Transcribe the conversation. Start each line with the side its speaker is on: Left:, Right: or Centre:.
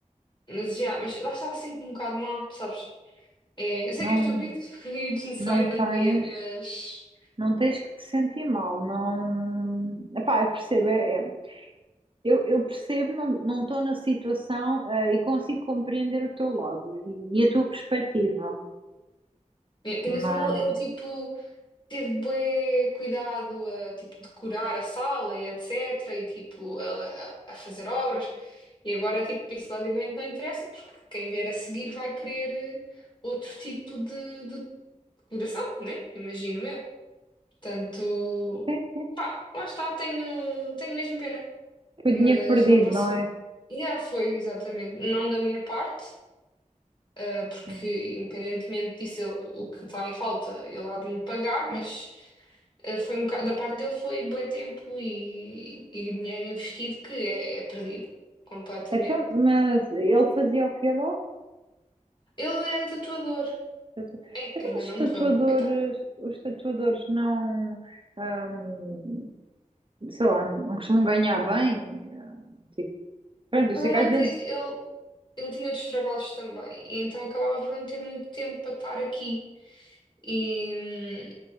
Left: mas já, mas lá está, sinto-me um bocado mal, sabes? É, eu sei
Right: Não,
Left: que é estúpido <laughs> e desnecessário,
Right: não tens,
Left: não devia, mas.
Right: não tens que te sentir mal, não. Epá, eu percebo, é, é- Eu, eu percebo, não não estou na situação, eh, e consigo compreender o teu lado e, e a tua perspectiva,
Left: É, que
Right: mas
Left: nesse meu, ele, tipo, teve bué cuidado a, tipo, decorar a sala e etc. E, tipo, a, a fazer obras. E agora, tipo, isso basicamente não interessa, porque quem vier a seguir vai querer outro tipo de, de decoração, né? Imagino eu. Portanto.
Right: sim, sim,
Left: Lá está, tenho, tenho mesmo pena,
Right: foi
Left: mas
Right: dinheiro perdido,
Left: não posso.
Right: não é?
Left: Yeah, foi exatamente. Não da minha parte, ah, porque
Right: Sim,
Left: independentemente disso, ele- o que está em falta, ele há de me pagar, mas
Right: sim.
Left: ah, foi um bocado, da parte dele foi bué tempo e, e dinheiro investido que é, é perdido completamente.
Right: Então, mas ele fazia o quê lá?
Left: Ele era tatuador,
Right: Tatu-
Left: é, que
Right: Então,
Left: ainda
Right: os
Left: não
Right: tatuadores,
Left: morreu, não é? Coitado.
Right: os tatuadores não, ahm, sei lá, não costumam ganhar bem. eh, Tipo, pronto,
Left: O problema
Right: eu sei que às
Left: é que
Right: vezes.
Left: ele, ele tinha outros trabalhos também, e então acabava por não ter muito tempo para estar aqui. e hum,